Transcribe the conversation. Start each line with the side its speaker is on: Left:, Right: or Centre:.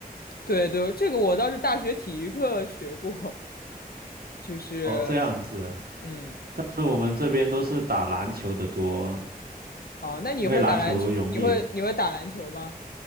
Left: 对对，这个我倒是大学体育课学过，就是
Right: 哦，这样子，
Left: 嗯，
Right: 但是我们这边都是打篮球的多，
Left: 哦，那你会打篮球？
Right: 因为篮球容易。
Left: 你会你会打篮球吗？